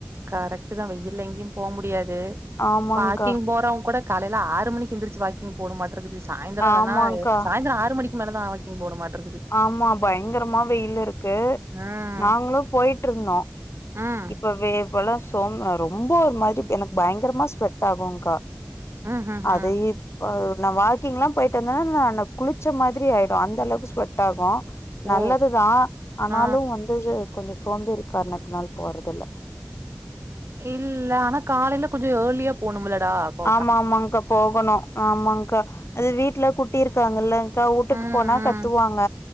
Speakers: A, on the right; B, on the left.
A: கரெக்ட் தா வெயில் எங்கயும் போம் முடியாது
B: ஆமாங்க்கா
A: வாக்கிங் போறவங்க கூட காலையில ஆறு மணிக்கு எந்திரிச்சு வாக்கிங் போனு மாட்ருக்குது சாயந்திர இல்லன்னா
B: ஆமாங்க்கா
A: சாயந்திர ஆறு மணி க்கு மேலதா ஆ வாக்கி் போனுமாட்ருக்குது
B: ஆமா பயங்கரமா வெயில் இருக்கு
A: ம்
B: நாங்களு போயிட்ருந்தோ
A: ம்
B: இப்ப வேர் பொல சொன்ன ரொம்ப ஒரு மாரி எனக்கு பயங்கரமா ஸ்வெட் ஆகுகா
A: ம் ம் ம்
B: அதையே அ நா வாக்கிங் எல்லா போயிட்டு வந்தேன்னா நானு குளிச்ச மாதிரி ஆயிடு அந்த அளவுக்கு ஸ்வெட் ஆகு
A: ஓ
B: நல்லதுதா ஆனாலு
A: ஆ
B: வந்து கொஞ்சம் சோம்பேறி காரணத்துனால போறதுல்ல
A: இல்ல ஆனா காலையில கொஞ்ச ஏர்லியா போணுமில்லடா கு
B: ஆமா ஆமாங்கா போகணு ஆமாங்கா அது வீட்டுல குட்டி இருக்காங்கல்லக்கா வுட்டுட்டு
A: ம்
B: போனா
A: ம்
B: கத்துவாங்க